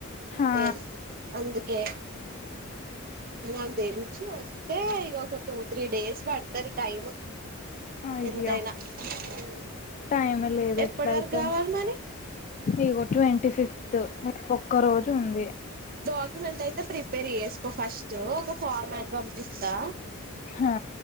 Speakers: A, on the left (about 35°); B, on the right (about 45°).
A: హా
B: లేదు అందు కే నాకు తెల్చి వస్తే ఇగ ఒక టూ త్రీ డేస్ పడుతది టైమ్
A: అయ్యో
B: ఎంతైనా హు
A: టైమే లేదు
B: ఎప్పటి
A: ఎట్లయితే
B: వరకు కావాలి మరి
A: ఇగో ట్వీ ఫిఫ్త్ ఒక్క రోజు ఉంది
B: డాక్యుమెంట్ అయితే ప్రిపేర్ చేసుకో ఫస్ట్ ఒక ఫామ్ మేట్ పంపిస్తా
A: హా